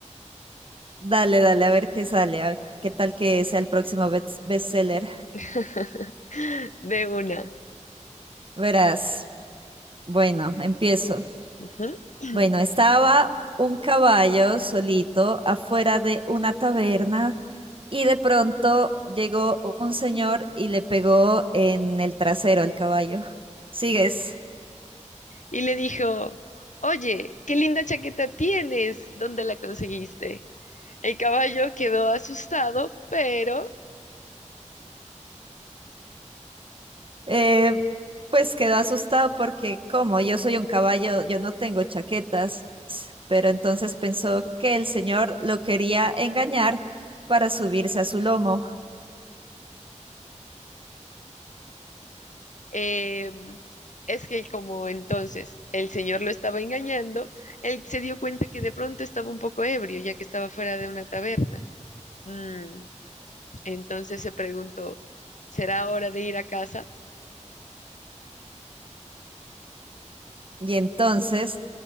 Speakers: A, on the right; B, on the left.
A: Dale, dale, a ver qué sale, a- qué tal que sea el próximo best- bestseller.
B: <laughs> de una.
A: Verás. Bueno, empiezo.
B: Ujú. <clears throat>
A: Bueno, estaba un caballo solito afuera de una taberna y de pronto llegó un señor y le pegó en el trasero al caballo. ¿Sigues?
B: Y le dijo, oye, qué linda chaqueta tienes, ¿dónde la conseguiste? El caballo quedó asustado, pero
A: Eh, pues quedó asustado porque como yo soy un caballo, yo no tengo chaquetas, pero entonces pensó que el señor lo quería engañar para subirse a su lomo.
B: eh, es que como entonces el señor lo estaba engañando, él se dio cuenta que de pronto estaba un poco ebrio, ya que estaba fuera de una taberna. Mm, entonces se preguntó, ¿será hora de ir a casa?
A: Y entonces